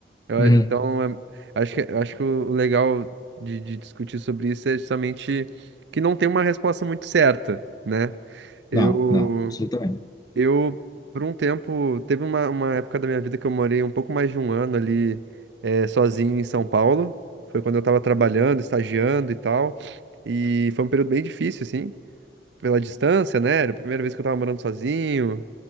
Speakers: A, on the right; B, on the left.
A: Eu
B: Uhum.
A: a- então, é- acho que, acho que o o legal de, de discutir sobre isso é justamente que não tem uma resposta muito certa, né? Eu,
B: Não, não, absolutamente.
A: eu, por um tempo, teve uma, uma época da minha vida que eu morei um pouco mais de um ano ali, eh, sozinho em São Paulo. Foi quando eu tava trabalhando, estagiando e tal. E foi um período bem difícil, assim, pela distância, né? Era a primeira vez que eu tava morando sozinho.